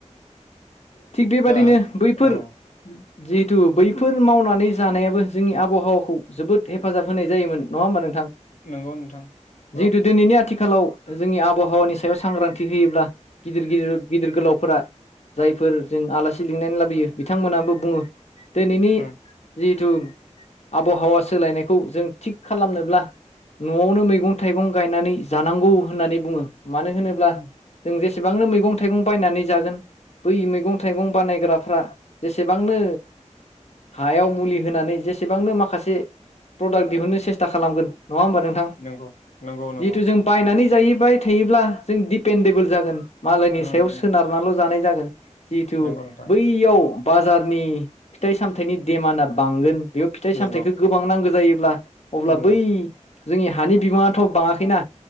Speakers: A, on the left (about 60°); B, on the left (about 85°).
A: थिग बेबादिनो
B: दा
A: बैफोर
B: औ
A: जिहेतु बैफोर मावनानै जानायाबो जोंनि आबहावाखौ जोबोद हेफाजाब होनाय जायोमोन। नङा होमबा नोंथां
B: नंगौ नोंथां
A: जिहेथु
B: औ
A: दिनैनि आथि आथिखालाव जोंनि आबहावानि सायाव सांग्रांथि होयोब्ला गिदिर गिदिर गिदिर गोलावफोरा जायफोर जों आलासि लिंनानै लाबोयो बिथांमोनाबो बुङो दिनैनि
B: उम
A: जि जिथु आबहावा सोलायनायखौ जों थिग खालामनोब्ला न'आवनो मैगं थाइगं गायनानै जानांगौ होननानै बुङो मानो होनोब्ला
B: उम
A: जों जेसेबांनो मैगं थाइगं बायनानै जागोन बै मैगं थाइगं बानायग्राफ्रा जेसेबांनो हायाव मुलि होनानै जेसेबांनो माखासे प्रडाक्ट दिहुननो सेस्था खालामगोन नङा होमबा नोंथां
B: नंगौ नंगौ नंगौ
A: जिथु जों बायनानै जाहैबाय थायोब्ला जों दिपेडेबोल जागोन मालायनि
B: उम
A: सायाव
B: उम
A: सोनारनानैल' जानाय जागोन जिहेथु
B: नंगौ नोंथां
A: बैयाव बाजारनि फिथाइ सामथाइनि देमानआ बांगोन बेयाव फिथाइ
B: नंगौ
A: सामथायाइखौ गोबां नांगौ जायोब्ला अब्ला
B: नंगौ
A: बै जोंनि हानि बिबाङाथ' बाङाखैना